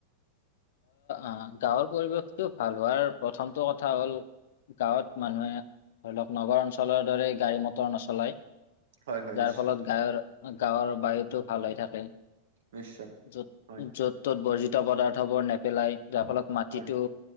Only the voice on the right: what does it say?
হয় হয়
নিশ্চয়
নিশ্চয়।
হয়
হয়